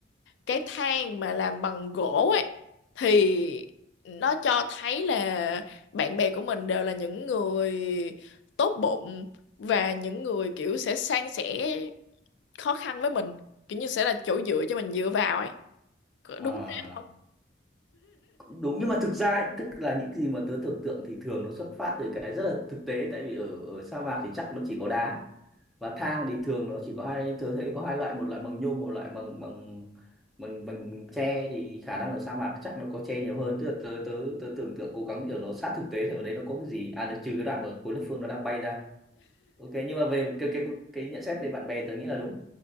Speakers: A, on the left; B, in the centre.
A: cái than mà làm bằng gỗ ấy thì nó cho thấy là bạn bè của mình đều là những người tốt bụng và những người kiểu sẽ san sẻ khó khăn với mình kiểu như sẽ là chỗ dựa cho mình dựa vào ấy Có
B: à,
A: đúng thế không
B: Cũng đúng nhưng mà thực ra ấy, tức là những cái gì mà tớ tưởng tượng thì thường nó xuất phát từ cái rất là thực tế tại vì ở ở sa mạc thì chắc nó chỉ có đá và thang thì thường nó chỉ có hai tớ thấy có hai loại một loại bằng nhôm một loại bằng bằng bằng bằng tre thì khả năng ở sa mạc chắc nó có tre nhiều hơn tức là tớ tớ tớ tưởng tượng cố gắng kiểu nó sát thực tế thì ở đấy nó có cái gì à được trừ cái đoạn mà khối lớp phương nó đang bay ra ok nhưng mà về cái cái cái nhận xét về bạn bè tớ nghĩ là đúng